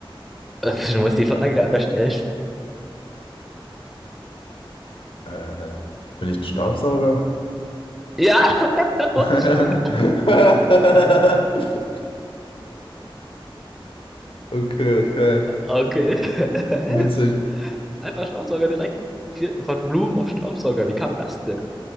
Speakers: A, in the centre; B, on the left (about 70°).
A: äh, du musst die Frage anders stellen.
B: Äh, bin ich ein Staubsauger?
A: Ja! <laughs>
B: <laughs>
A: What the fuck?
B: Okay, okay.
A: Okay. <laughs> Hä?
B: Witzig.
A: Einfach Staubsauger direkt vier- von Blumen auf Staubsauger. Wie kam das denn?